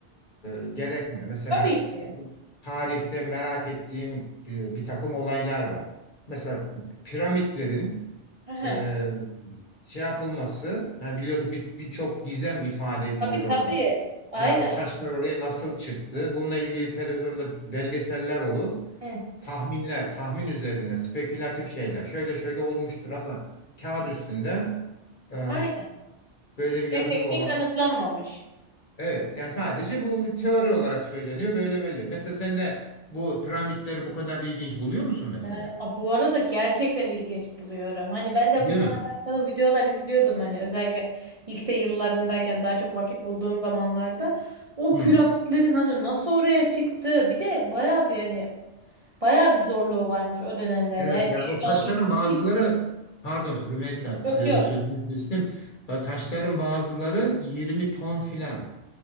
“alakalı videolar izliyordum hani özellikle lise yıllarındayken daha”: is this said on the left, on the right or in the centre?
Right